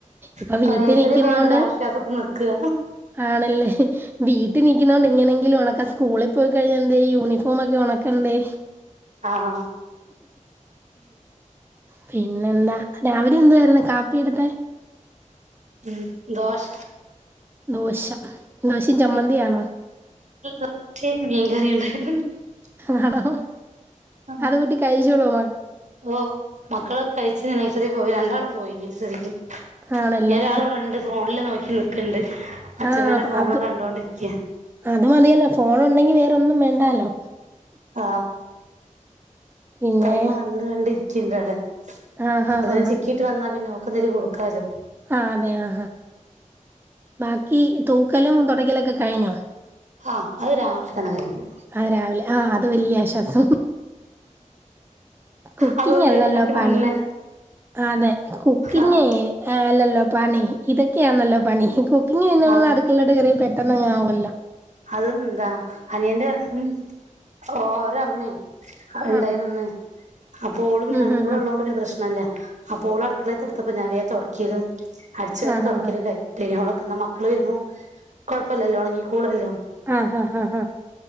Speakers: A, on the right (about 15°); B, on the right (about 60°).
A: ഇപ്പൊ
B: ഇപ്പ
A: വീട്ടി
B: നഴ്സറി
A: നിക്കുന്നോണ്ട്
B: പോണേണ്ടൊരു ആശ്വാസത്തി നിക്കാ.
A: ആണല്ലേ വീട്ടി നിക്കുന്നോണ്ട് ഇങ്ങനെങ്കിലും ഒണക്കാൻ സ്കൂളി പോയി കഴിഞ്ഞ എന്ത് ചെയ്യും യൂണിഫോമൊക്കെ ഒണക്കണ്ടെ.
B: ആഹ്
A: പിന്നെ എന്താ രാവിലെ എന്തുവാരുന്നു കാപ്പി അവിടുത്തെ?
B: ഉം ദോശ
A: ദോശ ദോശയും ചമ്മന്തിയാണോ?
B: ഉം ദോശയും <unintelligible>
A: ആണോ
B: ആഹ്
A: അത്കൂട്ടി കഴിച്ചോളൂവോ
B: ഓ മക്കളൊക്കെ കഴിച്ച് നെഴ്സറി പോയി രണ്ടാളും പോയിന ശരികും -
A: ആണല്ലേ
B: ഞ ഒരാളെ ഇവിടെണ്ട് ഫോണില് നോക്കി <unintelligible> അച്ഛമ്മേന്റെ
A: ആഹ
B: ഫോണ്
A: അത്
B: കണ്ടോണ്ടിരിക്ക
A: അത് മതിയല്ലോ ഫോൺ ഉണ്ടെങ്കി വേറെന്നും വേണ്ടാലോ
B: ആ
A: പിന്നെ
B: കൈമ കണ്ട് കണ്ടി കിന്തടെ <unintelligible>
A: ആഹ്
B: അപ്പൊ
A: ആഹ്
B: ദേ ചിക്കിട്ട് വന്നാ പിന്നെ ഒക്കുന്നരി കൊടുക്കാലും
A: ആ അതെ ആ ബാക്കി തൂക്കലും തുടയ്ക്കലൊക്കെ കഴിഞ്ഞോ
B: ആ അത് രാവിലെ തന്നെ കഴിഞ്ഞു.
A: അത് രാവിലെ ആ അത് വലിയ ആശ്വാസം കുക്കിങ്ങ്
B: അത് ഓര്
A: എല്ലല്ലോ
B: വരുന്നേരത്തിന്
A: പണി
B: മുന്നേ
A: അതെ കുക്കിങ്ങ്
B: ആഹ്
A: അല്ലല്ലോ പണി ഇതൊക്കെയാണല്ലോ പണി കു കുക്കിംഗ്‌ പിന്നെ നമ്മളെ
B: ആഹ്
A: അടുക്കളലോട്ട് കേറിയ പ പെട്ടെന്ന്ങ്ങെ ആവല്ലോ
B: അതും എന്താ അനിയന്റെ ഉം ഓരമം മ് ഉണ്ടായി
A: ആ
B: നിന്ന് അപ്പോ ഓളും ഞങ്ങൾ
A: ഉം ഹും
B: കൂടെ
A: ഹും
B: ഉള്ളോണ്ട് പ്രശ്നല അപ്പ ഓള് അടുക്കളേത്ത് ഇട്ത്തപ്പ ഞാൻ വേം തൊടയ്ക്കലും അടിച്ച് വാരലും
A: ആ ഹാ
B: തുടക്കലും
A: ഹാ
B: <unintelligible> ക്ക്ന്നാ മക്കള് വരുമ്മം കുഴപ്പല്ലല്ലോ ഒണങ്ങിക്കോളൊല്ലോ
A: ആഹ ഹാ ഹ